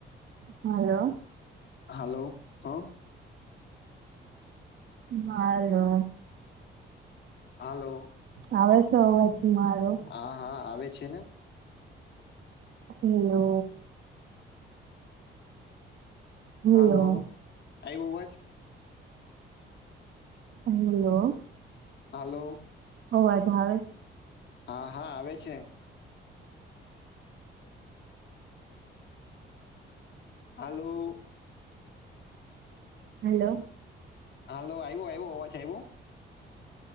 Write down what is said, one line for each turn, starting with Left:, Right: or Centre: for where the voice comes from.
Right: હલો
Left: હલો હા
Right: હલો
Left: હલો
Right: આવે છે અવાજ મારો
Left: હા હા આવે છે ને
Right: હેલો હેલો
Left: હાલો આઇવો અવાજ
Right: હેલો
Left: હલો
Right: અવાજ આવે છે
Left: હા હા આવે છે હેલો
Right: હલો
Left: હાલો આઈવો આઈવો અવાજ આઇવો